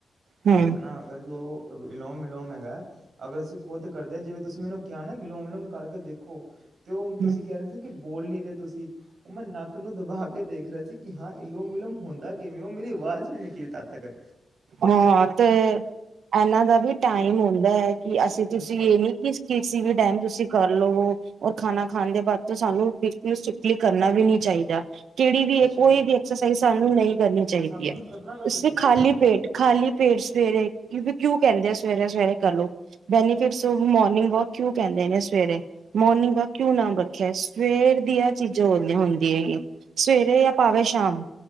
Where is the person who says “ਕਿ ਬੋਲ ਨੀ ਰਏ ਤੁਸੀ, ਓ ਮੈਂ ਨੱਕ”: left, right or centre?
Right